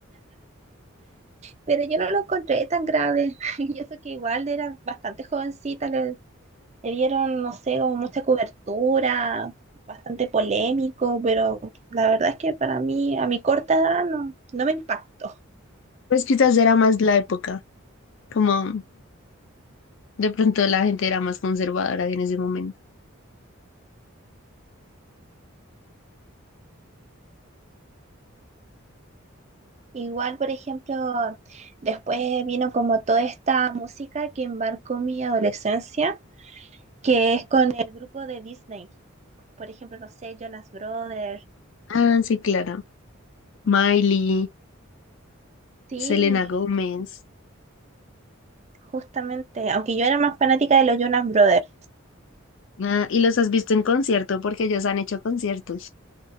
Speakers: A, on the right (about 30°); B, on the left (about 60°).
A: Pero yo no lo encontré tan grave. <laughs> Y eso que igual era bastante jovencita, le, le dieron, no sé, como mucha cobertura, bastante polémico, pero la verdad es que para mí, a mi corta edad, no, no me impactó.
B: Pues quizás era más la época, como de pronto la gente era más conservadora en ese momento.
A: Igual, por ejemplo, después vino como toda esta música que marcó mi adolescencia, que es con el grupo de Disney. Por ejemplo, no sé, Jonas Brothers.
B: Ah, sí, claro. Miley,
A: Sí,
B: Selena Gómez.
A: justamente, aunque yo era más fanática de los Jonas Brothers.
B: Ah, y los has visto en concierto porque ellos han hecho conciertos.